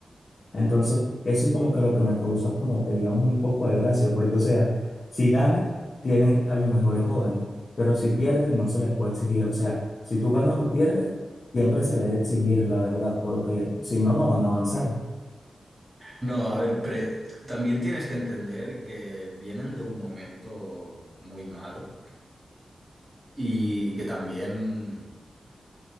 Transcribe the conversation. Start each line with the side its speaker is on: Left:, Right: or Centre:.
Left: Entonces, eso es como que lo que me causa como que digamos un poco de gracia, porque o sea, si ganan, tienen a los mejores jóvenes, pero si pierden, no se les puede exigir. O sea, si tú ganas o pierdes, siempre se les debe exigir, la verdad, porque si no, no van a avanzar.
Right: No, a ver, pero también tienes que entender que vienen de un momento muy malo y que también